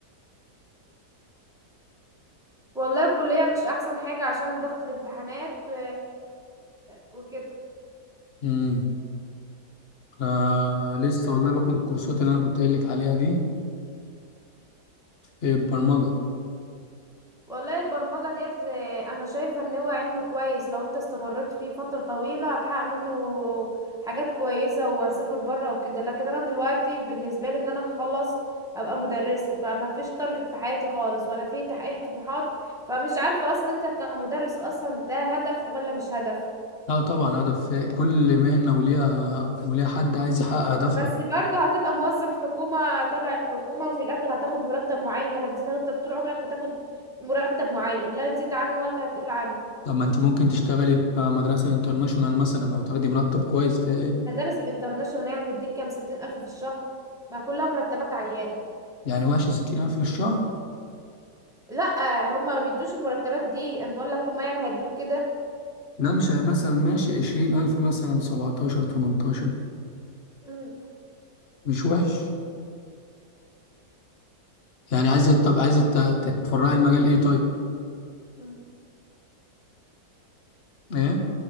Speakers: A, in the centre; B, on the left.
A: والله الكليه مش احسن حاجه عشان ضغط الامتحانات و... وكده
B: امم انا لسه والله باخد الكورسات اللي انا كنت قايل لك عليها دي في البرمجه
A: والله البرمجة ديت آه، انا شايفة ان هو علم كويس لو انت استمريت فيه فترة طويلة هتحقق منه حاجات كويسة وهتسافر بره وكده لكن انا دلوقتي بالنسبة لي ان انا هخلص ابقى مدرسة فما فيش تارجت في حياتي خالص ولا في تحقيق طموحات فمش عارفة اصلا انت كمدرس اصلا ده هدف ولا مش هدف
B: لا طبعا هدف في كل مهنه وليها وليها حد عايز يحقق هدفها
A: بس برضه هتبقى موظف حكومة تبع الحكومة وفي الاخر هتاخد مرتب معين لا هتزيد هتفضل طول عمرك بتاخد مرتب معين لا تزيد عنه ولا هتقل عنه
B: لما انت ممكن تشتغلي في مدرسه انترناشونال مثلا او تاخدي مرتب كويس فيها ايه
A: مدارس الانترناشونال يعني هتديك كام ستين ألف في الشهر ما كلها مرتبات عيان
B: يعني وحش ستين الف في الشهر
A: لا هما ما بيدوش المرتبات دي انا بقول لك هما يعني هيدوك كده
B: لا مش ه- مثلا ماشي عشرين ألف مثلا سبعتاشر تمنتاشر
A: مم.
B: مش وحش يعني عايزة طب عايزة ت- تتفرعي المجال ايه طيب؟
A: مم.
B: ايه؟